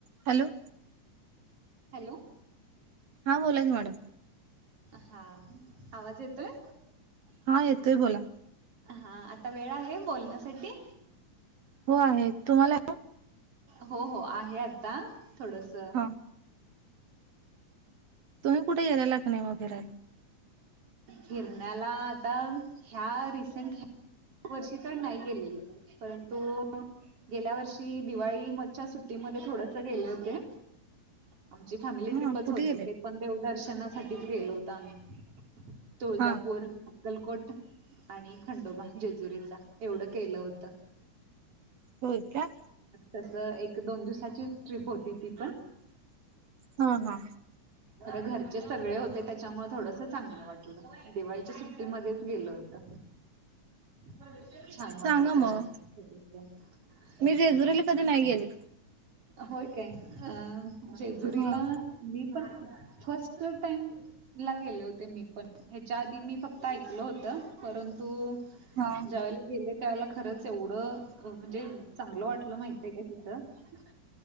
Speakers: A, on the right (about 60°); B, on the right (about 45°).
A: Hello
B: hello
A: हा बोलाची madam
B: हा आवाज येतोय
A: हा येतोय बोला
B: हा आता वेळ आहे बोलण्यासाठी
A: हो आहे तुम्हाला
B: हो हो आहे आता थोडस
A: हा तुम्ही कुठे गेलेला क नाही वग फिरायला
B: हिरण्याला आता ह्या रिसेंट ह वर्षी तर नाही गेलेले परंतु गेल्या वर्षी दिवाळी म सुट्टीमध्ये थोड ओके आमची फॅमिली
A: हा
B: ट्रीपच
A: कुठे
B: होती
A: गेले
B: ते पण देव दर्शन साठीच गेहिलो होत आम्ही तुळजापूर
A: हा
B: अकलकोट आणि खंडोबा ज मजुरी एवढं केलं होत
A: होय का
B: तस एक दोन दिवसा टप होती त
A: हा हा
B: पण घरचे सगळे होते त्यामुळे थोडस चांगलं वाटलं दिवाळीच्या सुट्टीमध्येच गेलं होत ह छान
A: सांगा
B: वाटलं त्या
A: मग
B: चान थोडस
A: मी जेजुरीला कधी नाही गेली
B: हो काय अ जेजुरीला
A: हा
B: मी पण फर्स्ट टाइम ला गेले होते मी पण च्या आधी मी फक्त ऐकल होतं परंतु
A: हा
B: ज्या वेळेला गेले त्या वेळेला खरंच एवढं म्हणजे चांगलं वाटलं माहितय आहे काय तिथ.